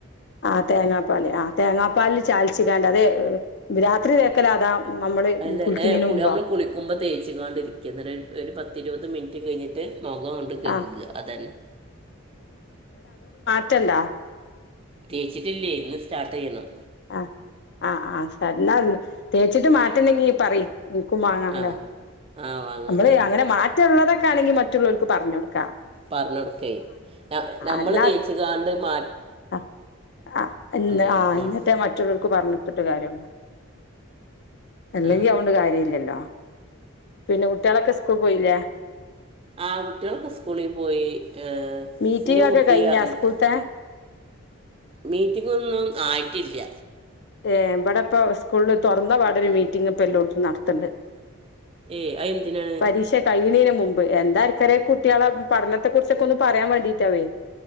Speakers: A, on the left; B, on the right.
A: ആഹ് തേങ്ങാപ്പാൽ ആഹ് തേങ്ങാപ്പാല്ൽ ചാൽച്ച് കാണ്ട് അതെ രാത്രി തേക്കെലാ അതാ നമ്മള്
B: അല്ല
A: കുളിക്കുന്നതിന്
B: ഏ
A: മുമ്പോ
B: നമ്മള് കുളിക്കുമ്പോ തേച്ച് കാണ്ടിരിക്ക ഇന്ന്ട്ട് ഒരു പത്തി ഇരുപത് മിനിറ്റ് കഴിഞ്ഞി ത് മൊഖം ങ്ങട്ട് കഴുക
A: ആ
B: അതെന്നെ
A: റ്റണ്ടാ
B: തേച്ച്ട്ടില്ലേ ഇന്ന് സ്റ്റാർട്ട് ചെയ്യണം
A: ആഹ് ആഹ് ആഹ് എന്നാ തേച്ച്ട്ട് മാറ്റണ്ടെങ്കി പറി. ഇൻക്കും മാങ്ങണംല്ലേ
B: ആ ആ വാങ്ങാം
A: നമ്മള്
B: ആ
A: അങ്ങനെ മാറ്റള്ളതൊ ക്കാണെങ്കി മറ്റുള്ളോർക്ക് പറഞ്ഞൊട്ക്കാ
B: പറഞ്ഞൊട്ക്കെ നമ്മള്
A: അല്ലാ
B: തേച്ച്കാണ്ട് മാ
A: ആഹ് ആഹ്
B: ഞാൻ
A: ആഹ്
B: ഇന്നോട്
A: ഇന്ന്ട്ടെ മറ്റുള്ളോർക്ക് പറഞ്ഞൊട്ത്ത്ട്ട് കാര്യള്ളൂ അല്ലെങ്കി
B: ആ
A: അതോണ്ട് കാര്യല്ലല്ലോ പിന്നെ കുട്ട്യളൊക്കെ സ്കൂ പോയില്ല
B: ആഹ് കുട്ടികൾക്കെ സ്കൂളി പോയി. ആഹ്
A: മീറ്റിംഗ്
B: ന്റെ
A: ഒക്കെ
B: കുട്ടി
A: കഴിഞ്ഞാ
B: ആയില്യ
A: സ്കൂൾത്തെ
B: മീറ്റിങ്ങൊന്നും ആയ്ട്ടില്ല്യ.
A: ഏഹ് വ്ടെപ്പോ സ്കൂൾല് തൊറന്ന പാടൊരു മീറ്റിംങ്പ്പൊല്ലോട്ത്തും നടത്ത്ണ്ട്.
B: ഏ അതെന്തിനാണ്
A: പരീക്ഷ കഴീണെന് മുമ്പ്. എന്താർക്കറിയാ കുട്ടികള പഠനത്തെ കുറിച്ചൊക്കെ ഒന്ന് പറയാൻ വേണ്ടീട്ടാവേ.